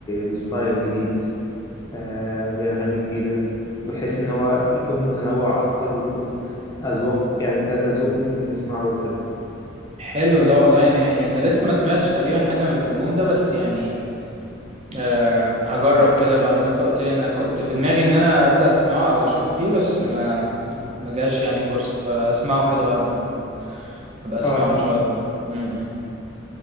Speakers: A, on the left; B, on the right.
A: بستايل جديد آه بأغاني جديدة بحيث إن هو يكون متنوع أكتر ويكون أذواق يعني كذا ذوق ممكن يسمعه ويحبه
B: حلو ده والله انا يعني انا لسه ما سمعتش تقريبا حاجه من الالبوم ده بس يعني أه هجرب كده بعد ما انت قلت لي انا كنت في دماغي ان انا ابدا اسمعه او اشوف فيه بس ما ما جاش يعني فرصه آه، هسمعه كده بعد ما ابقى اسمعه
A: آه أكيد
B: ان شاء الله امم